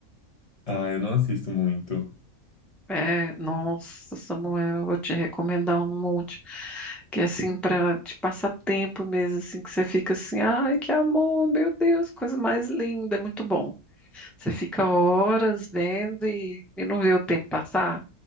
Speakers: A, on the left (about 30°); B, in the centre.
A: Ah, eu não assisto muito.
B: É, nossa, Samuel, eu vou te recomendar um monte, que é assim, para te passar tempo mesmo, assim, que você fica assim, ai, que amor, meu Deus, coisa mais linda, muito bom. Você fica horas vendo e, e não vê o tempo passar.